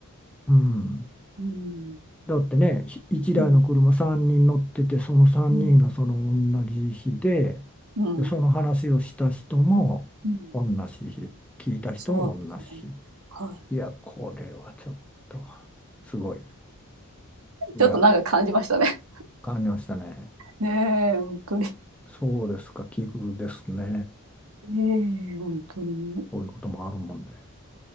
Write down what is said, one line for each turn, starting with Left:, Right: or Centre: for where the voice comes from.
Centre: うん、
Right: うん、
Centre: だってね、1台の車3人乗ってて、
Right: うん、
Centre: その3人がその同じ日で、
Right: うん、うん、
Centre: で、その話をした人も同じ日、
Right: うん。
Centre: 聞いた人も同じ日。
Right: そうですね。は
Centre: いや、これはちょっとすごい。
Right: い。
Centre: いや、
Right: ちょっとなんか感じましたね。
Centre: 感じましたね。
Right: <laughs> ねえ、本当に。
Centre: そうですか、奇遇ですね。
Right: ねえ、本当に。
Centre: こういうこともあるもんで。